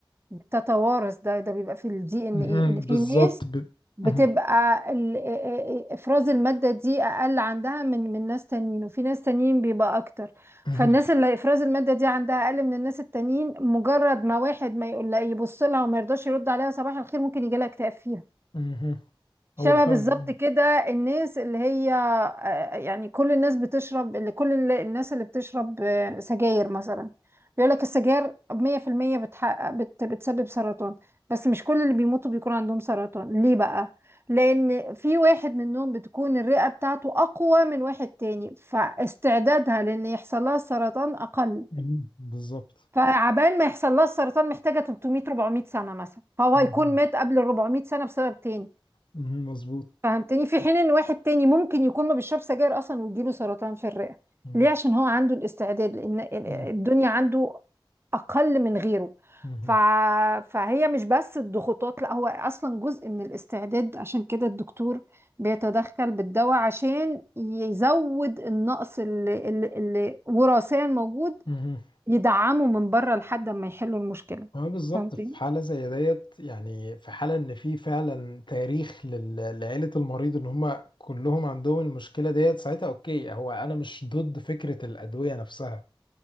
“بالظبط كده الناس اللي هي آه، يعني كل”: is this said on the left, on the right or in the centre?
Right